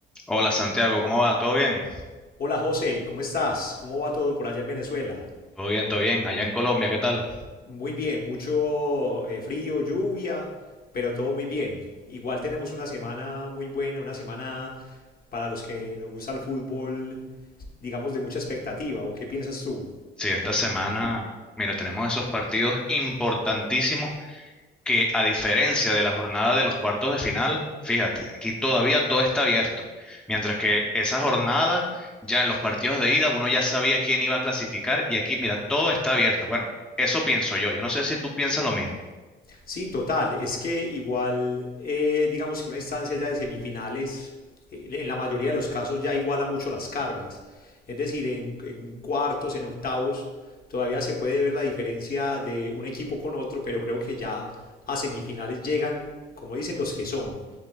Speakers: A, in the centre; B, on the left.
A: Hola Santiago, ¿cómo va? ¿Todo bien?
B: Hola José, ¿cómo estás? ¿Cómo va todo por allá en Venezuela?
A: Todo bien, todo bien. Allá en Colombia, ¿qué tal?
B: Muy bien, mucho eh, frío, lluvia, pero todo muy bien. Igual tenemos una semana muy buena, una semana para los que nos gusta el fútbol, digamos, de mucha expectativa. ¿O qué piensas tú?
A: Sí, esta semana, mira, tenemos esos partidos importantísimos que a diferencia de la jornada de los cuartos de final, fíjate, aquí todavía todo está abierto. Mientras que esa jornada, ya en los partidos de ida, uno ya sabía quién iba a clasificar y aquí, mira, todo está abierto. Bueno, eso pienso yo. Yo no sé si tú piensas lo mismo.
B: Sí, total. Es que igual, eh, digamos que una instancia ya de semifinales, eh, en la mayoría de los casos ya iguala mucho las cargas. Es decir, en, en cuartos, en octavos, todavía se puede ver la diferencia de un equipo con otro, pero creo que ya a semifinales llegan, como dicen, los que son.